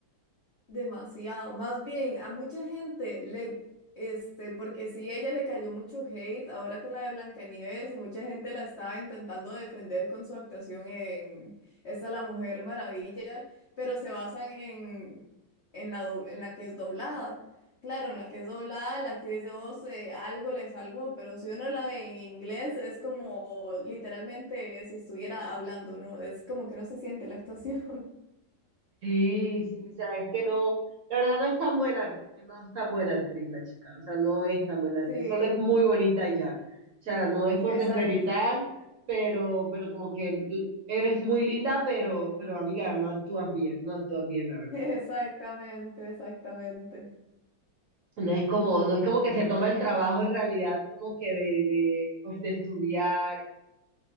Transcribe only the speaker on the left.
demasiado. Más bien, a mucha gente le, este, porque sí, ella le cayó mucho hate ahora con la de Blancanieves y mucha gente la estaba intentando defender con su actuación en esta La Mujer Maravilla, pero se basan en, en la, do- en la que es doblada. Claro, en la que es doblada, la actriz de voz eh, algo le salvó, pero si uno la ve en inglés es como literalmente si estuviera hablando, ¿no? Es como que no se siente la actuación. <laughs>
Sí.
Exacto,
<laughs>
exactamente, exactamente.